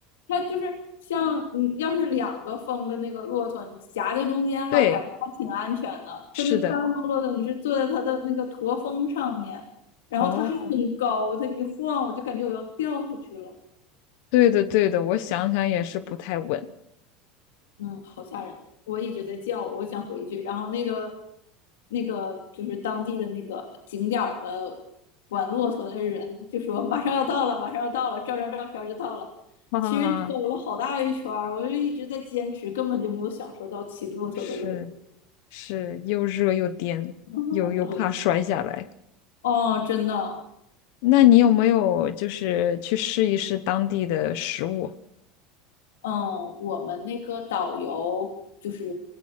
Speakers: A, on the left; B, on the left.
A: 它就是像你要是两个风的那个骆驼，你夹在中间吧，
B: 对，
A: 感觉还挺安全的。
B: 是的，
A: 它那单个骆驼，你是坐在它的那个驼峰上面，然后它还挺高，
B: 哦，
A: 它一晃我就感觉我要掉下去了。
B: 对的对的，我想想也是不太稳。
A: 嗯，好吓人！我一直在叫，我想回去。然后那个那个就是当地的那个景点儿的管骆驼的人就说马上要到了，马上要到了，照张照片儿就到了。
B: 啊，
A: 其实走了好大一圈儿，我就一直在坚持，根本就没有享受到骑骆驼的乐趣。
B: 是是，又热又颠，
A: 嗯对，
B: 又又怕摔下来。
A: 哦，真的，
B: 那你有没有就是去试一试当地的食物？
A: 嗯，我们那个导游就是